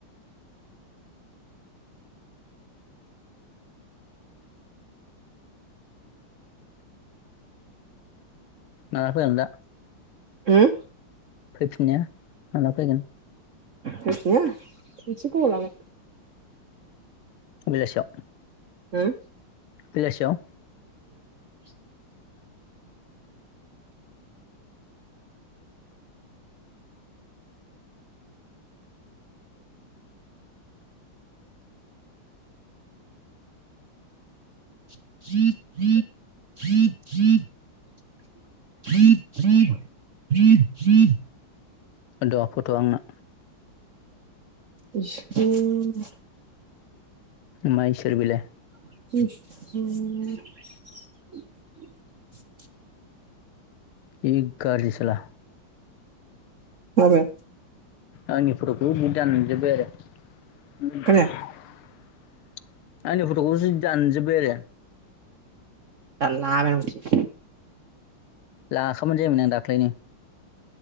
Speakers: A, on the left; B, on the right.
A: माला फैगोनदा
B: होम
A: फैफिननाया माला फैगोन
B: सासेया एसे गोबाव लागोन
A: बेलासेयाव
B: होम
A: बेलासेयाव
B: <unintelligible> <unintelligible>
A: द फटआ आंनो
B: इसोर
A: मा इसोर बिलाय
B: <inaudible>
A: जि ग्राजि सोला
B: खोनाबाय
A: आंनि फटखौबो नों दानजोब्बाय आरो <unintelligible>
B: खोनाया
A: आंनि फटखौसो दानजोब्बाय आरो
B: <inaudible>
A: लाखाबायलै आंना दाखलैनो